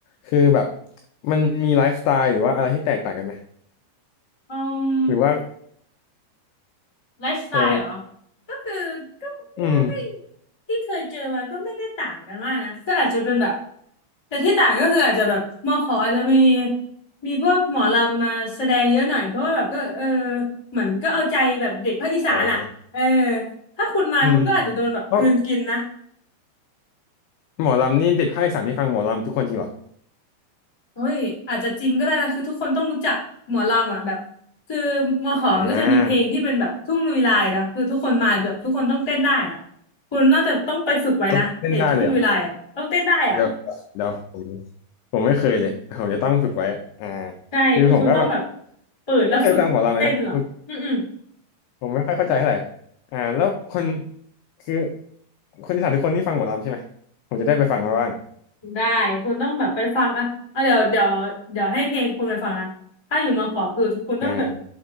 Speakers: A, on the left; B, on the left.
A: คือแบบมันมีไลฟ์สไตล์หรือว่าอะไรที่แตกต่างกันไหม
B: อืม
A: หรือว่า
B: ไลฟ์สไตล์เหรอ
A: เออ
B: ก็คือก็พี่ว่าไม่
A: อืม
B: ที่เคยเจอมาก็ไม่ได้ต่างกันมากนะ ก็อาจจะเป็นแบบแต่ที่ต่างก็คืออาจจะแบบมอขออาจจะมีมีพวกหมอลำมาแสดงเยอะหน่อยเพราะว่าแบบก็เออเหมือนก็เอาใจแบบเด็กภาคอีสานอ่ะเออ
A: อ๋อ
B: ถ้าคุณมาคุณก็อาจจะโดนแบบกลืนกินนะ
A: อืมเพราะหมอลำนี่เด็กภาคอีสานที่ฟังหมอลำทุกคนจริงเหรอ
B: เฮ้ยอาจจะจริงก็ได้นะคือทุกคนต้องรู้จักหมอลำอ่ะแบบคือมอหอมก็จะมีเพลงที่เป็นแบบทุ่งลุยลายเนาะคือทุกคนมาแบบทุกคนต้องเต้นได้อ่ะ
A: อ่า
B: คุณน่าจะต้องไปฝึกไว้นะไอ้ทุ่งลุยลายอ่ะต้องเต้นได้อ่ะ
A: ต้นเล่นได้เลยเหรอ เดี๋ยวเดี๋ยวผมผมไม่เคยเลยแต่ผมจะต้องฝึกไว้อ่า
B: ใช่คือคุณต้องแบบ
A: คือผมก็แบบ
B: เปิดแล้วฝึกเต้นเหรออืมอืม
A: ไม่เคยฟังหมอลำเลยนะคือผมไม่ค่อยเข้าใจเท่าไหร่อ่าแล้วคนคือคนอีสานทุกคนที่ฟังหมอลำใช่ไหมผมจะได้ไปฟังมาบ้าง
B: ได้คุณต้องแบบไปฟังอ่ะอ่ะเดี๋ยวเดี๋ยวเดี๋ยวให้เพลงคุณไปฟังนะถ้าอยู่มาขอคือคุณต้องแบบ
A: อ่า